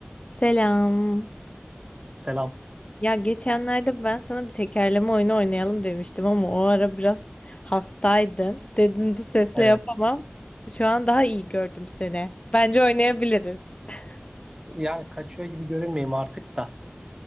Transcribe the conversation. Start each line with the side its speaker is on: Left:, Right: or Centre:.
Left: Selam.
Right: Selam.
Left: Ya geçenlerde ben sana bir tekerleme oyunu oynayalım demiştim ama o ara biraz hastaydın. Dedin bu sesle
Right: Evet.
Left: yapamam. Şu an daha iyi gördüm seni. Bence oynayabiliriz. <laughs>
Right: Yani kaçıyor gibi görünmeyeyim artık da.